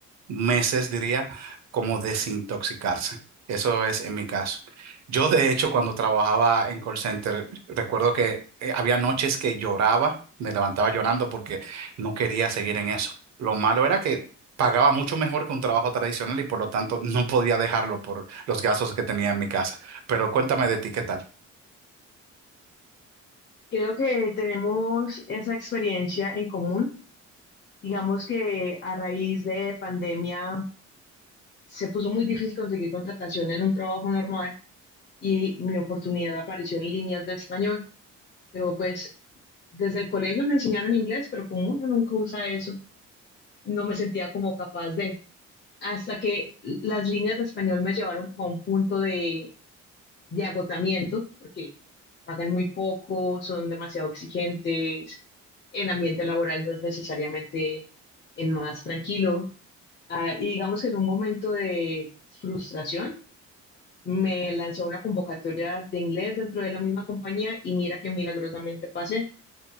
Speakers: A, on the right; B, on the left.
A: meses diría, como desintoxicarse. Eso es en mi caso. Yo, de hecho, cuando trabajaba en call center, recuerdo que eh, había noches que lloraba, me levantaba llorando porque no quería seguir en eso. Lo malo era que pagaba mucho mejor que un trabajo tradicional y por lo tanto no podía dejarlo por los gastos que tenía en mi casa. Pero cuéntame de ti, ¿qué tal?
B: Creo que tenemos esa experiencia en común. Digamos que a raíz de pandemia se puso muy difícil conseguir contratación en un trabajo normal y mi oportunidad apareció en líneas de español. Pero pues desde el colegio me enseñaron inglés, pero como uno nunca usa eso, no me sentía como capaz de. hasta que las líneas de español me llevaron como a un punto de, de agotamiento, porque pagan muy poco, son demasiado exigentes, el ambiente laboral no es necesariamente el más tranquilo. Ah, y digamos que en un momento de frustración me lancé a una convocatoria de inglés dentro de la misma compañía y mira que milagrosamente pasé.